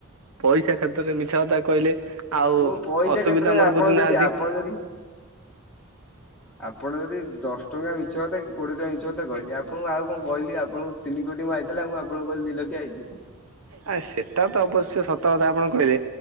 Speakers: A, on the right (about 85°); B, in the centre.
A: ପଇସା କ୍ଷେତରେ ମିଛ କଥା କହିଲେ ଆଉ
B: ପୁଅ ପଇସା
A: ଅସୁବିଧା
B: କ୍ଷେତ୍ର ରେ
A: ମୋର
B: ଆପଣ
A: ବୁଝୁନାହାନ୍ତି।
B: ଯଦି ଆପଣ ଯଦି ଆପଣ ଯଦି ଦଶ ଟଙ୍କା ମିଛ କଥା କି କୋଡିଏ ଟଙ୍କା ମିଛ କଥା କହିଲେ ଆପଣଙ୍କୁ ଆଉ କଣ କହିଲି ଆପଣଙ୍କୁ ତିନି କୋଟି ଆଇଥିଲା ମୁଁ କଣ ଆପଣଙ୍କୁ କହିଲ ଦିଲକ୍ଷ୍ୟ ଆଇଚି
A: ଆ ସେଟା ତ ଅବଶ୍ୟ ସତ କଥା ଆପଣ କହିଲେ